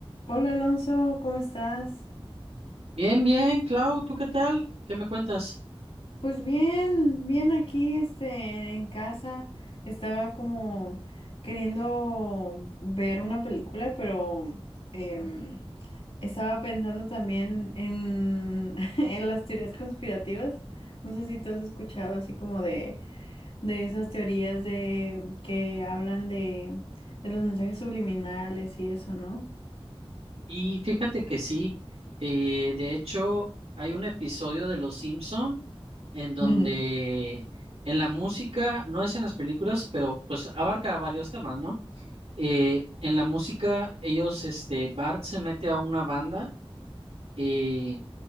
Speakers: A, on the left; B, on the right.
A: Hola Alonso, ¿cómo estás?
B: Bien, bien, Clau, ¿tú qué tal? ¿Qué me cuentas?
A: Pues bien, bien aquí, este, en casa. Estaba como queriendo ver una película, pero em, estaba pensando también en, <laughs> en las teorías conspirativas. No sé si tú has escuchado así como de, de esas teorías de que hablan de, de los mensajes subliminales y eso, ¿no?
B: Y fíjate que sí, eh, de hecho hay un episodio de Los Simpson en donde
A: <laughs>
B: en la música, no es en las películas, pero pues abarca varios temas, ¿no? Eh, en la música ellos, este, Bart se mete a una banda eh,